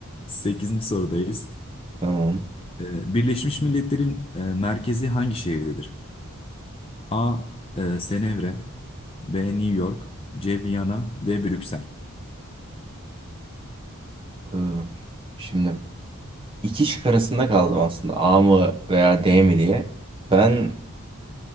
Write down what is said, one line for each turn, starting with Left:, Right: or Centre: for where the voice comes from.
Left: <laughs> Sekizinci sorudayız.
Right: Tamam.
Left: Ee, Birleşmiş Milletler'in e, merkezi hangi şehirdedir? A. e, Cenevre B. New York C. Viyana D. Brüksel.
Right: Ee, şimdi iki şık arasında kaldım aslında. A mı veya D mi diye. Ben